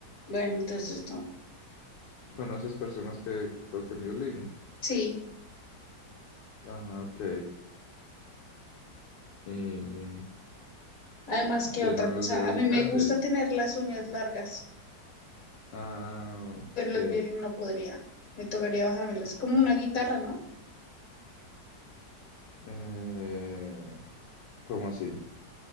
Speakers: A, on the left; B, on the left.
A: Bueno, entonces no.
B: ¿Conoces personas que toquen violín?
A: Sí.
B: Ah, ok. Y
A: Además, que
B: tiene
A: otra
B: los
A: cosa?
B: dedos
A: A mí
B: grandes.
A: me gusta tener las uñas largas,
B: Ah, ok.
A: pero los violín no podría. Me tocaría bajármelas. Como una guitarra, ¿no?
B: Eh, ¿cómo así?